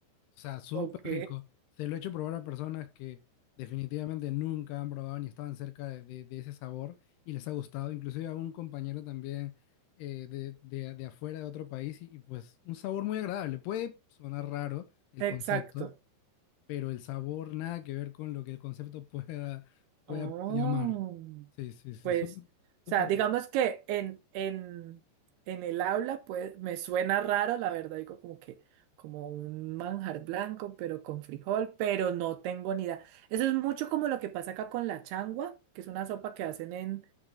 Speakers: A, on the left; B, on the right.
A: o sea, súper
B: ok.
A: rico. Se lo he hecho probar a personas que definitivamente nunca han probado ni estaban cerca de, de- de ese sabor y les ha gustado. Inclusive a un compañero también eh, de, de- de afuera de otro país y, y pues un sabor muy agradable. Puede sonar raro el concepto,
B: Exacto.
A: pero el sabor nada que ver con lo que el concepto <laughs> pueda, pueda
B: Oh,
A: llamar. Sí, sí, sí,
B: pues,
A: súper,
B: o sea,
A: súper
B: digamos
A: rico.
B: que en, en, en el aula, pues, me suena raro, la verdad, digo como que, como un manjar blanco, pero con frijol, pero no tengo ni idea. Eso es mucho como lo que pasa acá con la changua, que es una sopa que hacen en,